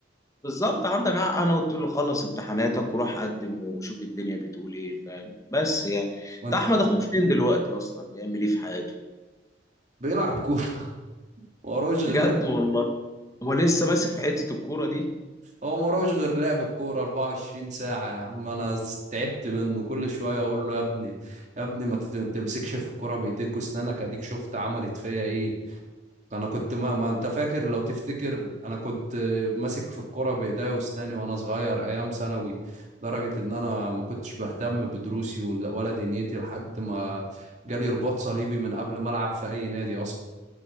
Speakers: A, on the left (about 15°); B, on the right (about 40°).
A: بالظبط عندك حق انا قلت له خلص امتحاناتك وروح قدم وشوف الدنيا بتقول ايه فاهم بس يعني
B: وانت
A: ده احمد اخوك فين دلوقتي اصلا بيعمل ايه في حياته
B: بيلعب كوره <laughs> ما وراهوش غير
A: بجد
B: لعب
A: والله هو لسه ماسك في حتة الكورة دي
B: هو ملوش غير لعب الكورة 24 ساعة يا عم أنا ز- تعبت منه كل شوية أقول له يا ابني يا ابني ما تت- تمسكش في الكورة بإيديك وأسنانك أديك شفت عملت فيا إيه أنا كنت ما, ما أنت فاكر لو تفتكر أنا كنت ماسك في الكورة بإيديا وأسناني وأنا صغير أيام ثانوي لدرجة إن أنا ما كنتش بهتم بدروسي ولا ولا دنيتي لحد ما جالي رباط صليبي من قبل ما ألعب في أي نادي أصلا